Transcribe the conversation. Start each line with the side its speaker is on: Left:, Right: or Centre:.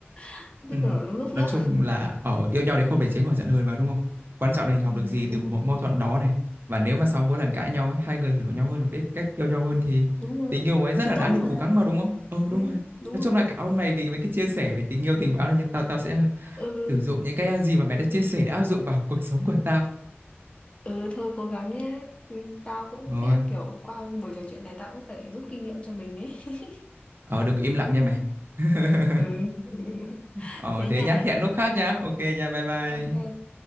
Left: <laughs> biết
Right: Ừ.
Left: buông bỏ đúng lúc
Right: Nói
Left: nữa
Right: chung là ở yêu nhau đấy không để tránh khỏi giận hờn mà đúng không? Quan trọng là mình học
Left: ừ,
Right: được gì
Left: đúng
Right: từ
Left: rồi
Right: một mâu thuẫn đó này. Và nếu mà sau mỗi lần cãi nhau ấy, hai người hiểu nhau hơn và biết cách yêu nhau hơn thì
Left: đúng rồi
Right: tình yêu ấy rất
Left: thì
Right: là đáng
Left: tốt
Right: để
Left: mà
Right: cố gắng mà đúng không? Ờ
Left: ừ,
Right: đúng rồi.
Left: đúng
Right: Nói
Left: rồi
Right: chung là cảm ơn mày vì mấy cái chia sẻ về tình yêu tình báo này. Tao tao sẽ ờ,
Left: ừ
Right: sử dụng những cái ờ, gì mà mày đã chia sẻ để áp dụng vào cuộc sống của tao.
Left: Ừ thôi cố gắng nhé Ừ, Tao cũng
Right: Ờ,
Left: sẽ kiểu qua buổi trò chuyện này Tao cũng phải rút kinh nghiệm cho mình ấy <laughs>
Right: ờ đừng có im lặng nha mày. <laughs>
Left: Ừ <laughs>
Right: Ờ
Left: Thế
Right: thế
Left: nha
Right: nhá, hẹn lúc khác nhá. Ok nha, bye bye.
Left: Ok